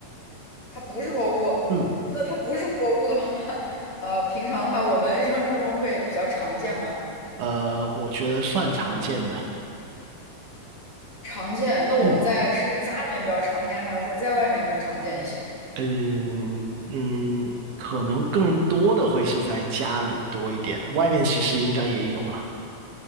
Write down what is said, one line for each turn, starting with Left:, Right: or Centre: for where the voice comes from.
Left: 它不是活物。
Right: 嗯，
Left: 那它不是活物的话，<laughs> 呃，平常的话，我们日常生活中会比较常见吗？
Right: 呃，我觉得算常见的，
Left: 常见。那我们在是家里面比较常见，
Right: 嗯
Left: 还是说在外面更常见一些？
Right: 嗯嗯，可能更多的会是在家里多一点，外面其实应该也有了，